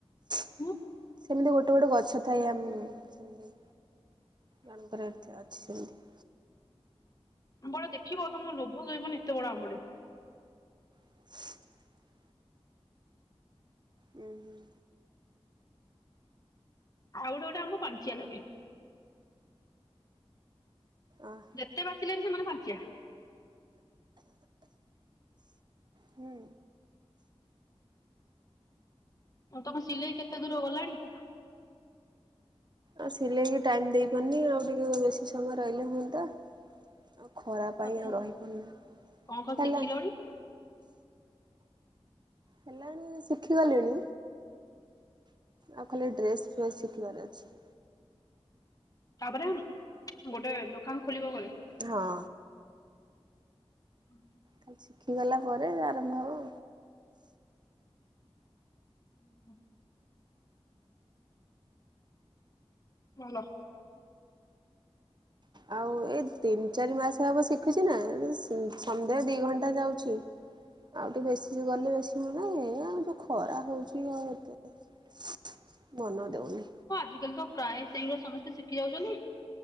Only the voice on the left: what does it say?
ହୁଁ
ଆମ୍ବ ଟା ଦେଖିବ ତମୋ ଲୋଭ ରହିବନି ଏତେ ବଡ ଆମ୍ବଟେ।
ଆଉ ଗୋଟେ ଗୋଟେ ଆମ୍ବ ପାଞ୍ଚିଆ ଲାଗେ।
ଯେତେ ବାଟିଲେ ବି ସେମାନେ ପାଞ୍ଚିଆ।
ଆଉ ତମ ସିଲେଇ କେତେ ଦୂର ଗଲାଣି
ତଥା
କଣ କଣ
ଶିଖିଲଣି
ତାପରେ ଗୋଟେ ଦୋକାନ ଖୋଲିବ ଘରେ
ହୁଁ ହ <unintelligible>
ହୁଁ ହ <unintelligible> ଭଲ
ହଁ ଆଜିକାଲି ତ ପ୍ରାୟ ସେଇଗୁରା ସମସ୍ତେ ଶିଖି ଯାଉଛନ୍ତି।